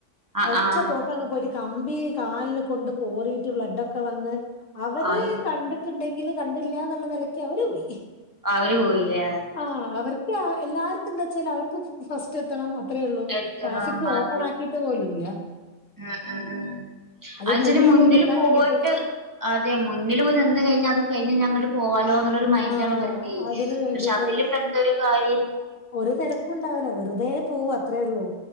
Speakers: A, on the right (about 15°); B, on the left (about 85°).
A: ആഹ്
B: ഒറ്റ
A: ആഹ്
B: പോ പോയിട്ട് കമ്പി കാലിന് കൊണ്ട് പോറിയിട്ട് ബ്ലഡൊക്കെ വന്ന് അവര്
A: ആഹ്
B: കണ്ട ണ്ടെങ്കിലും കണ്ടില്ല എന്നുള്ള നിലയ്ക്ക് അവര് പോയി
A: അവര് പോയില്ലേ
B: ആഹ് അവർക്ക് അ എല്ലാർക്കും എന്താ വെച്ചാൽ അവർക്ക് ഫസ്റ്റ് എത്തണം അത്രേള്ളൂ
A: എത്ര
B: ട്രാഫിക്
A: മത
B: ഓപ്പൺ ആക്കിയിട്ട് പോലും ഇല്ല
A: ആഹ് ആഹ് ആഹ്
B: അത്
A: അതുവെച്ചാല്
B: മുന്നിൽ
A: മുന്നില്
B: പോയി നിക്കാൻ
A: പോയിട്ട്
B: വേണ്ടിട്ട്
A: അതെ മുന്നില് പോയി നിന്ന് കഴിഞ്ഞാ അത് കഴിഞ്ഞ് ഞങ്ങ പോവാലോ എന്നുള്ളരു മൈൻഡാണ്
B: ആഹ്
A: ഇവർക്കെ
B: അതിന് വേണ്ടിട്ട്
A: പക്ഷെ അതില് ഇപ്പ എന്തൊരു കാര്യം
B: ഒരു തെരക്കും ഉണ്ടാവൂല വെറുതെ പോവാ അത്രേ ഉള്ളൂ